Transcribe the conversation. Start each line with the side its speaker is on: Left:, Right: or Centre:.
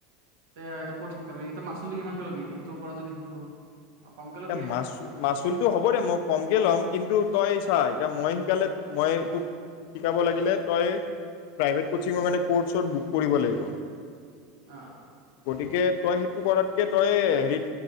Right: এ এয়া ক'ত শিকাবি, এয়া মাচুলটো কিমানকে ল'বি এতিয়া তোৰ পৰা যদি শিকো। কমকে ল'বি
Left: এ' মাচ
Right: অ
Left: মাচুলটো হ'ব দে মই কমকে ল'ম। কিন্তু তই চা, এতিয়া মই শিকালে মই তোক শিকাব লাগিলে তই প্ৰাইভেট কচিঙৰ মানে ক'ৰ্ চৰ্ড বুক কৰিব লাগিব,
Right: অ'
Left: গতিকে তই সেইটো কৰাতকে তই হেৰিত